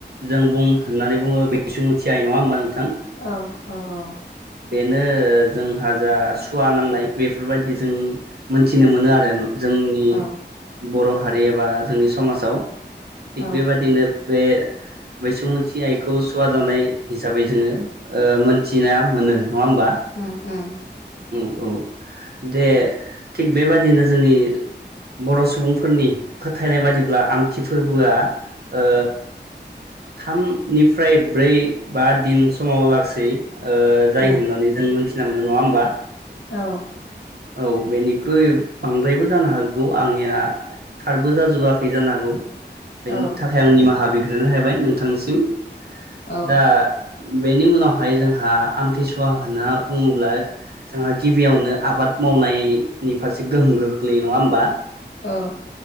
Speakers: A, on the right; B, on the left.
A: जों बुं होननानै बुङो बे <unintelligible> थियाय नङाहोमबा नों
B: औ औ औ
A: नो जोंहा जा सुवा नांनाय बेफोरबायदि जों मोनथिनो मोनो आरोन जोंनि
B: औ
A: बर' हारि एबा जोंनि समाजाव थिग
B: औ
A: बेबादिनो बे बैसुमुथि आइखौ सुवा जानाय हिसाबै जोङो ओ मोनथिना मोनो। होमबा
B: ओम ओम।
A: औ औ दे थिग बेबादिनो जोंनि बर' सुबुंफोरनि फोथायनाय बादिब्ला आमथि फोरबोआ ओ थामनिफ्राय ब्रै बा दिन समाव लासै ओ जाय
B: उम
A: होननानै जों मोनथि थिना मोनो नङा होमबा?
B: औ
A: औ बेनिख्रुइ बांद्रायबो जानो हागौ आंनिया थारबो जाजोबाखै जानो हागौ । बेनि
B: औ
A: थाखाय आं निमाहा बिग्रोनाय थाबाय नोंथांसिम
B: औ
A: दा बेनि उनावहाय जोंहा आमथिसुवा होनना बुङोब्ला जोंहा गिबियावनो आबाद इनि फारसे गोहोम गोग्लैयो नङा होमबा?
B: औ